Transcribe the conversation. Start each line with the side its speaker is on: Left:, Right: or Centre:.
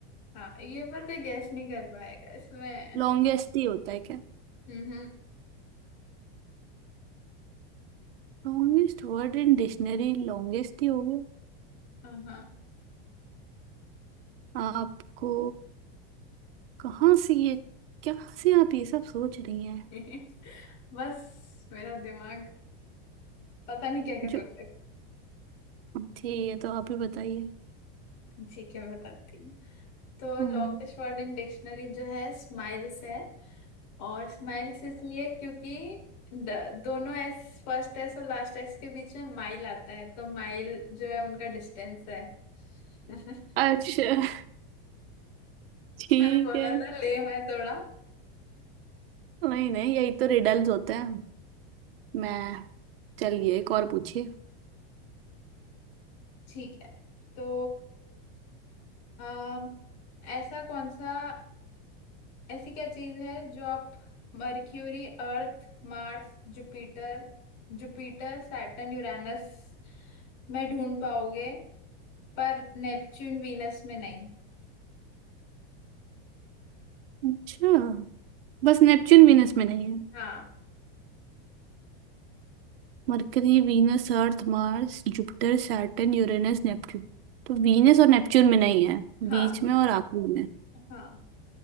Left: हाँ ये पर कोई गैस नहीं कर पाएगा इसमें
Right: longest ही होता है क्या
Left: हम्म
Right: Longest word in dictionary longest ही हो गया
Left: <laughs> हाँ
Right: आपको कहाँ से ये क्या से आप ये सब सोच रही हैं
Left: <laughs> बस मेरा दिमाग पता नहीं क्या क्या
Right: जो
Left: सोच रहा
Right: ठीक है तो आप ही बताइए
Left: था ठीक है मैं बताती हूँ तो
Right: हम्म
Left: लॉन्गेस्ट वर्ड इन डिक्शनरी जो है स्माइल्स है और स्माइल्स इसलिए क्योंकि द- दोनों एस फर्स्ट एस और लास्ट एस के बीच में माइल आता है तो माइल जो है उनका डिस्टेंस है <laughs>
Right: अच्छा ठीक
Left: मैंने बोला
Right: है
Left: था ले मैं थोड़ा
Right: नहीं नहीं यही तो रिडल्स होते हैं मैं चलिए एक और पूछिए
Left: ठीक है तो अम, ऐसा कौन सा ऐसी क्या चीज है जो आप Mercury Earth Mars Jupiter Jupiter Saturn Uranus में ढूंढ पाओगे पर नेपच्यून वीनस में नहीं
Right: अच्छा बस नेपच्यून वीनस में नहीं है
Left: हाँ
Right: Mercury Venus Earth Mars Jupiter Saturn Uranus Neptune तो वीनस और नेपच्यून में नहीं है
Left: हाँ
Right: बीच में और आखिरी में
Left: हाँ